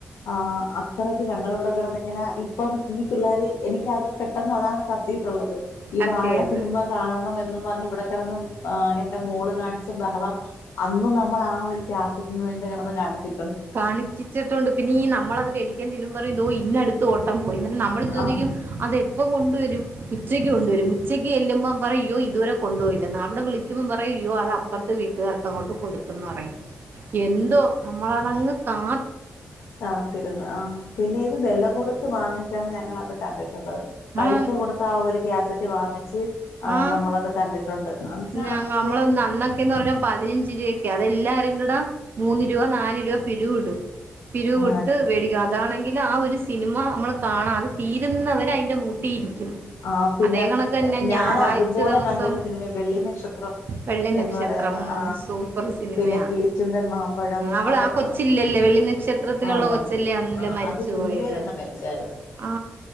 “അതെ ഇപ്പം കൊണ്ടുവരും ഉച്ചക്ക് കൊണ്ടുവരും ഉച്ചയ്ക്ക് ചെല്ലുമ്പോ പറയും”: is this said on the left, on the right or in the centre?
Right